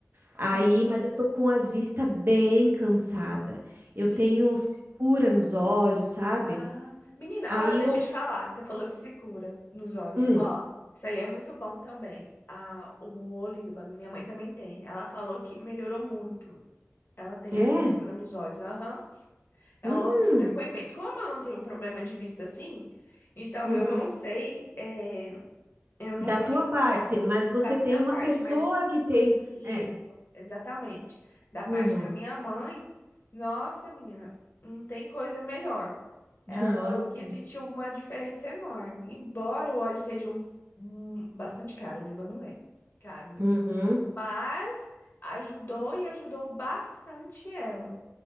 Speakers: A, on the right; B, on the left.
A: Aí,
B: Não,
A: mas eu tô com as vistas bem cansada. Eu
B: menina.
A: tenho secura nos olhos, sabe?
B: Ah, menina,
A: Aí
B: ó, deixa
A: eu,
B: eu te falar. Você falou de secura nos olhos.
A: hum,
B: Ó, isso aí é muito bom também. Ah, o Olíbano, minha mãe também tem. Ela falou que melhorou muito. Ela tem
A: é,
B: essa secura nos olhos. Aham. É
A: hum,
B: um outro depoimento. Como eu não tenho um problema de vista assim, então
A: uhum,
B: eu não sei, é, eu não
A: da
B: vou
A: tua
B: te
A: parte,
B: falar
A: mas
B: E
A: você
B: da minha
A: tem
B: parte,
A: uma pessoa
B: mas
A: que tem,
B: isso,
A: é,
B: exatamente. Da parte
A: uhum,
B: da minha mãe, nossa, menina, não tem coisa melhor. Ela
A: <laughs>
B: falou
A: olha
B: que
A: ali,
B: sentiu uma diferença enorme, embora o óleo seja um, um- bastante caro, o Líbano é caro,
A: uhum,
B: mas ajudou e ajudou bastante ela.